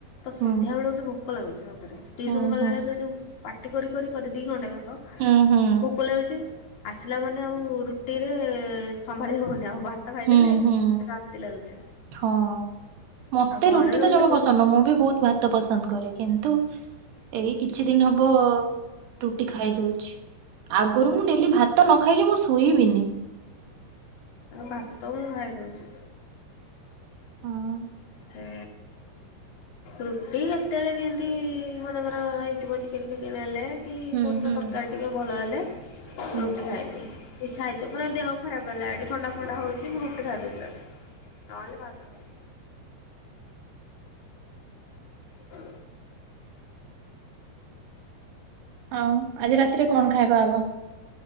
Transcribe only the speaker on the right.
ହୁଁ
ହୁଁ
ହୁଁ
ହୁଁ ହୁଁ
ହୁଁ ହୁଁ
ହଁ ମତେ
ରୁଟି
ତ ଜମା
ପସନ୍ଦ ମୁଁ ବି ବହୁତ ଭାତ ପସନ୍ଦ କରେ କିନ୍ତୁ ଏଇ କିଛି ଦିନ ହବ ରୁଟି ଖାଇ ଦଉଛି। ଆଗରୁ ମୁଁ ଡେଲି ଭାତ ନ ଖାଇଲେ ମୁଁ ଶୋଇବିନି।
ହଁ।
ହୁଁ
ହୁଁ
ହୁଁ
ଆଉ ଆଜି ରାତିରେ କଣ ଖାଇବା ହବ?